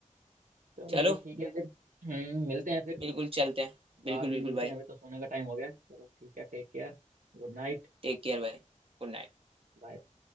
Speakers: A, on the right; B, on the right.
A: चलो
B: चलो
A: भाई ठीक है फिर हम्म मिलते हैं फिर
B: बिल्कुल चलते हैं
A: बाद
B: बिल्कुल
A: में
B: बिल्कुल
A: मिलते
B: भाई
A: हैं अभी तो सोने का टाइम हो गया है। चलो ठीक है take care good night
B: टेक केयर भाई Good night
A: bye